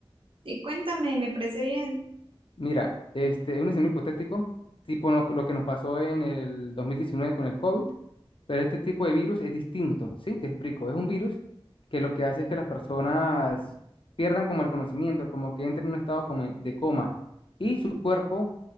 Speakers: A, on the right; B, on the left.
A: Sí, cuéntame, me parece bien.
B: Mira, este, un escenario hipotético, tipo lo, lo que nos pasó en el 2019 con el COVID, pero este tipo de virus es distinto, ¿sí? Te explico, es un virus que lo que hace es que las personas pierdan como el conocimiento, como que entren en un estado como de coma y su cuerpo